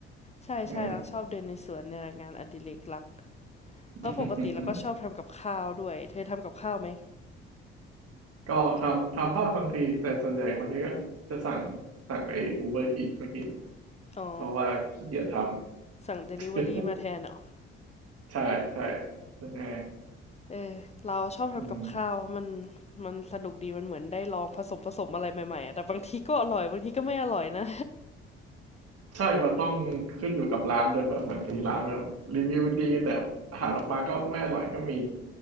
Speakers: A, on the left; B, on the right.
A: ใช่ใช่เราชอบเดินในสวนในยงานอดิเรกหลัก
B: เออ
A: แล้วปกติเราก็ชอบทำกับข้าวด้วยเธอทำกับข้าวไหม
B: ก็ทำทำบ้างบางทีแต่ส่วนใหญ่บางทีก็จะสั่งสั่งไอ้ Uber Eats มากิน
A: อ๋อ
B: เพราะว่าขี้เกียจทำ
A: สั่งเดลิเวอรี่มาแทนเหรอ
B: <laughs> ใช่ใช่เรื่องแอร์
A: เออเราชอบทำกับข้าวเมัน
B: อืม
A: มันสนุกดีมันเหมือนได้ลองผสมผสมอะไรใหม่ๆอะแต่บางทีก็อร่อยบางทีก็ไม่อร่อยนะ
B: ใช่มันต้องขึ้นอยู่กับร้านด้วยแบบบางทีร้านแบบรีวิวดีแต่อาหารออกมาก็ไม่อร่อยก็มี